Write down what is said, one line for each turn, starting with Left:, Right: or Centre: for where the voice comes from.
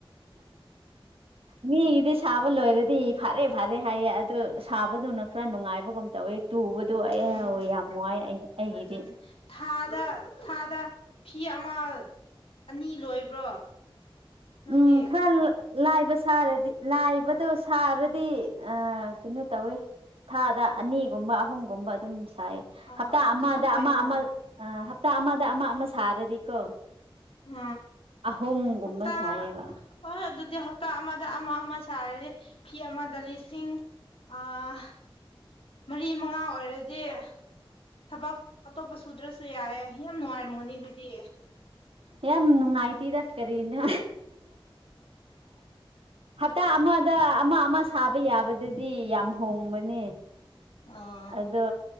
Right: ꯃꯤꯒꯤꯗꯤ ꯁꯥꯕ ꯂꯣꯏꯔꯗꯤ ꯐꯔꯦ ꯐꯔꯦ ꯍꯥꯏꯌꯦ ꯑꯗꯨ ꯁꯥꯕꯗꯨꯅ ꯈꯔ ꯅꯨꯡꯉꯥꯏꯕꯒꯨꯝ ꯇꯧꯋꯤ꯫ ꯇꯨꯕꯗꯨ ꯑꯩꯋꯤ
Left: ꯎꯝ
Right: ꯌꯥꯝ ꯅꯨꯡꯉꯥꯏ ꯑꯩꯒꯤꯗꯤ꯫
Left: ꯑꯗꯨꯅꯦ ꯊꯥꯗ ꯊꯥꯗ ꯐꯤ ꯑꯃ꯫ ꯑꯅꯤ ꯂꯣꯏꯕ꯭ꯔꯣ꯫ ꯅꯪꯗꯤ
Right: ꯎꯝ ꯈꯔ꯫ ꯂꯥꯏꯕ ꯁꯥꯔꯗꯤ ꯂꯥꯏꯕꯗꯣ ꯁꯥꯔꯗꯤ ꯑ ꯀꯩꯅꯣ ꯇꯧꯋꯦ ꯊꯥꯗ ꯑꯅꯤꯒꯨꯝꯕ ꯑꯍꯨꯝꯒꯨꯝꯕ ꯑꯗꯨꯝ ꯁꯥꯏ
Left: ꯑꯥ
Right: ꯍꯞꯇꯥ
Left: ꯑꯗꯨꯗꯤ
Right: ꯑꯃꯗ
Left: ꯌꯥꯝ ꯐꯩꯅ
Right: ꯑꯃ ꯑꯃ ꯑꯥ ꯍꯞꯇꯥ ꯑꯃꯗ ꯑꯃ ꯑꯃ ꯁꯥꯔꯗꯤꯀꯣ
Left: ꯎꯝ
Right: ꯑꯍꯨꯝꯒꯨꯝꯕ
Left: ꯍꯞꯠꯇ
Right: ꯁꯥꯏꯌꯦꯕ
Left: ꯍꯍꯣꯏ ꯑꯗꯨꯗꯤ ꯍꯞꯇꯥ ꯑꯃꯗ ꯑꯃ ꯑꯃ ꯁꯥꯔꯦ ꯐ ꯑꯃꯗ ꯂꯤꯁꯤꯡ ꯑꯥ ꯃꯔꯤ ꯃꯉꯥ ꯑꯣꯏꯔꯗꯤ ꯊꯕꯛ ꯑꯇꯣꯞꯄ ꯁꯨꯗ꯭ꯔꯁꯨ ꯌꯥꯏꯦ ꯌꯥꯝ ꯅꯨꯡꯉꯥꯏꯔꯝꯃꯣꯅꯦ ꯑꯗꯨꯗꯤ
Right: ꯌꯥꯝ ꯅꯨꯡꯉꯥꯏꯇꯦꯔ ꯀꯔꯤꯅꯣ ꯍꯞꯇꯥ ꯑꯃꯗ ꯑꯃ ꯑꯃ ꯁꯥꯕ ꯌꯥꯕꯗꯗꯤ ꯌꯥꯝ ꯍꯣꯡꯕꯅꯦ
Left: ꯑꯥ
Right: ꯑꯗꯣ